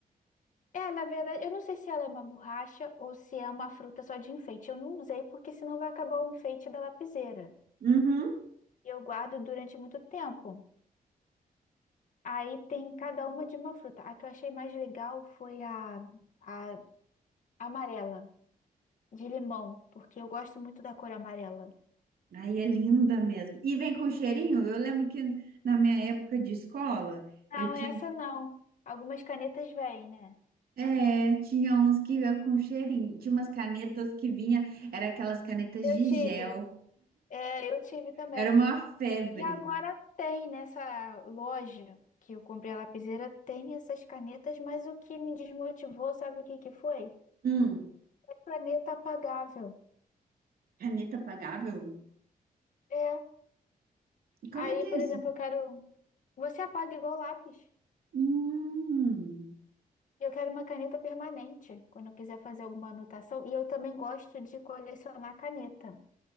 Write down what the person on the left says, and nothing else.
É, na verdade, eu não sei se ela é uma borracha ou se é uma fruta só de enfeite. Eu não usei porque senão vai acabar o enfeite da lapiseira.
E eu guardo durante muito tempo. Aí tem cada uma de uma fruta. A que eu achei mais legal foi a, a amarela, de limão, porque eu gosto muito da cor amarela.
Não,
essa não. Algumas canetas vêm, né?
Eu
tive.
É, eu tive também.
E agora tem nessa loja que eu comprei a lapiseira, tem essas canetas, mas o que me desmotivou, sabe o que que foi?
É caneta apagável.
É.
Aí,
por
exemplo, eu quero. Você apaga igual lápis.
Eu quero uma caneta permanente, quando eu quiser fazer alguma anotação. E eu também gosto de colecionar caneta.